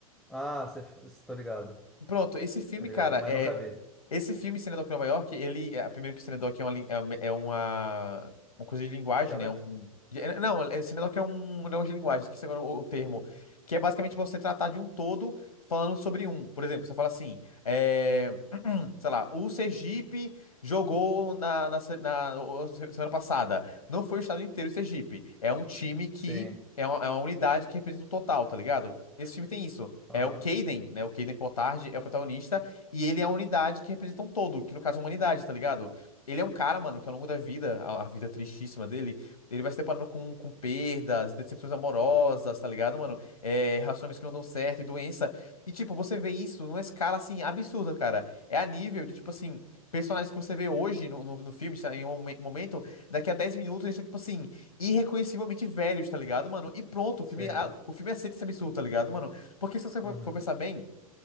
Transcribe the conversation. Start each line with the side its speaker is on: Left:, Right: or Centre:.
Centre: Ah, você, f- tô ligado,
Left: Pronto, esse filme,
Centre: tô ligado,
Left: cara,
Centre: mas
Left: é.
Centre: nunca vi.
Left: Esse filme, Cinedoc Nova York, ele. é- Primeiro que Cinedoc é uma, lin- é uma, é uma uma coisa de linguagem,
Centre: Dialeto?
Left: né? Um, de- é- não, é, Cinedoc é um negócio de linguagem, esqueci agora o, o termo. Que é basicamente pra você tratar de um todo falando sobre um. Por exemplo, você fala assim, é, <clears throat> sei lá, o Sergipe jogou na, na, se- na- o- se- semana passada. Não foi o estado inteiro o Sergipe. É um time que.
Centre: Sim.
Left: É uma, é uma unidade que representa o total, tá ligado? Esse filme tem isso.
Centre: Aham.
Left: É o Caden, né? O Caden Cotard é o protagonista e ele é a unidade que representa um todo, que no caso é a humanidade, tá ligado? Ele é um cara, mano, que ao longo da vida, a, a vida tristíssima dele, ele vai se deparando com, com perdas, decepções amorosas, tá ligado, mano? É, relacionamentos que não dão certo e doença. E, tipo, você vê isso numa escala, assim, absurda, cara. É a nível de, tipo assim, personagens que você vê hoje no, no, no filme, sei lá, em um momen- momento, daqui a 10 minutos eles são, tipo assim, irreconhecivelmente velhos, tá ligado, mano? E pronto, o filme,
Centre: Sim.
Left: a- o filme aceita esse absurdo, tá ligado, mano? Porque se você for
Centre: Uhum.
Left: pensar bem,